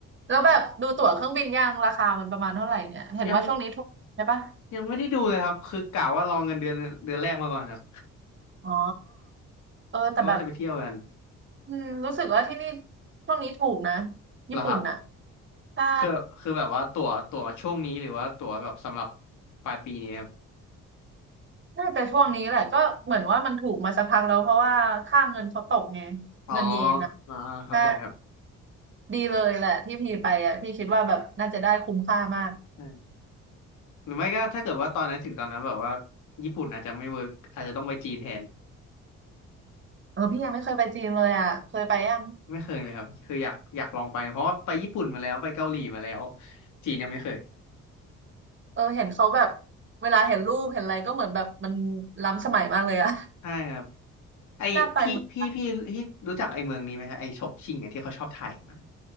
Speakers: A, on the right; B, on the left.
A: แล้วแบบดูตั๋วเครื่องบินยังราคามันประมาณเท่าไหร่เนี่ยเห็นว่าช่วงนี้ถูกใช่ปะ
B: ยัง ยังไม่ได้ดูเลยครับคือกะว่าลองเงินเดือนเดือนแรกมาก่อนครับ
A: อ๋อเออแต่แบบ
B: แล้วว่าจะไปเที่ยวกัน
A: อืมรู้สึกว่าที่นี่ช่วงนี้ถูกนะ
B: เหรอครับ
A: ญี่ปุ่นน่ะใช่
B: คือคือแบบว่าตั๋วตั๋วช่วงนี้หรือว่าตั๋วแบบสำหรับปลายปีนี้ครับ
A: น่าจะช่วงนี้แหละก็เหมือนว่ามันถูกมาสักพักแล้วเพราะว่าค่าเงินเขาตกไง
B: อ๋อ
A: เงินเยนอ่ะ
B: อ่าเข้าใจครับ
A: ใช่ ดีเลยแหละที่พี่ไปอ่ะพี่คิดว่าแบบน่าจะได้คุ้มค่ามาก
B: ใช่หรือไม่ก็ถ้าเกิดว่าตอนนั้นถึงตอนนั้นแบบว่าญี่ปุ่นอาจจะไม่เวิร์กอาจจะต้องไปจีนแทน
A: เออพี่ยังไม่เคยไปจีนเลยอ่ะเคยไปยัง
B: ไม่เคยเลยครับคืออยากอยากลองไปเพราะว่าไปญี่ปุ่นมาแล้วไปเกาหลีมาแล้วจีนยังไม่เคย
A: เออเห็นเขาแบบเวลาเห็นรูปเห็นอะไรก็เหมือนแบบมันล้ำสมัยมากเลยอ่ะ
B: ใช่ครับ
A: <laughs>
B: ไอพี่พี่พี่ที่รู้จักไอเมืองนี้ไหมฮะไอฉงชิ่งเนี่ยที่เขาชอบถ่ายมา
A: น่าไปเหมือน